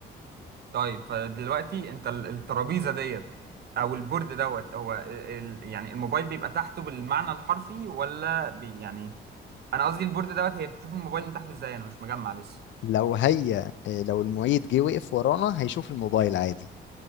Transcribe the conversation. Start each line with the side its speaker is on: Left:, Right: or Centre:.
Right: طيب فدلوقتي انت ال- الترابيزه ديت او البورد دوت هو ال... ال- يعني الموبايل بيبقى تحته بالمعنى الحرفي ولا بي يعني انا قصدي البورد دوت هي بتشوف الموبايل من تحته ازاي انا مش مجمع لسه
Left: لو هي آه، لو المعيد جه وقف ورانا هيشوف الموبايل عادي